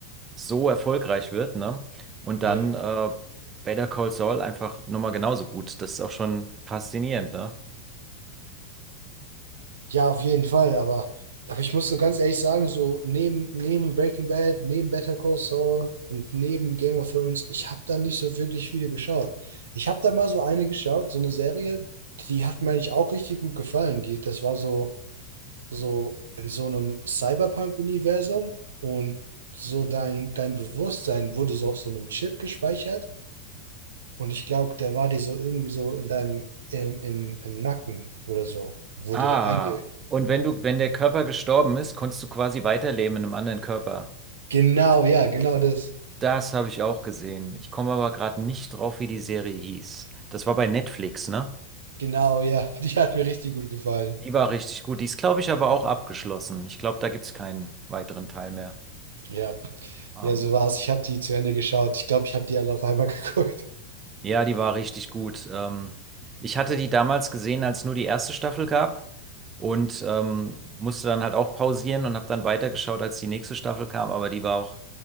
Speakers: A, on the right (about 25°); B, on the right (about 65°).
A: so erfolgreich wird, ne? Und dann
B: Ja.
A: äh, Better Call Saul einfach nochmal genauso gut. Das ist auch schon faszinierend, ne?
B: Ja, auf jeden Fall, aber, aber ich muss so ganz ehrlich sagen, so neben, neben Breaking Bad, neben Better Call Saul und neben Game of Thrones, ich habe da nicht so wirklich viele geschaut. Ich habe da mal so eine geschaut, so eine Serie, die hat mir eigentlich auch richtig gut gefallen. Die, das war so, so in so einem Cyberpunk-Universum und so dein, dein Bewusstsein wurde so auf so einem Chip gespeichert und ich glaube, der war dir so irgendwie so in deinem, im, im, im Nacken oder so, wurde
A: Ah,
B: der einge
A: und wenn du, wenn der Körper gestorben ist, konntest du quasi weiterleben in einem anderen Körper.
B: Genau, ja, genau das.
A: Das habe ich auch gesehen. Ich komme aber gerade nicht drauf, wie die Serie hieß. Das war bei Netflix, ne?
B: Genau, ja. <laughs> Die hat mir richtig gut gefallen.
A: Die war richtig gut. Die ist, glaube ich, aber auch abgeschlossen. Ich glaube, da gibt es keinen weiteren Teil mehr.
B: Ja,
A: Ähm,
B: ja, so war's. Ich habe die zu Ende geschaut. Ich glaube, ich habe die alle auf einmal <laughs> geguckt.
A: Ja, die war richtig gut. Ähm, ich hatte die damals gesehen, als nur die erste Staffel gab und ähm, musste dann halt auch pausieren und habe dann weitergeschaut, als die nächste Staffel kam. Aber die war auch,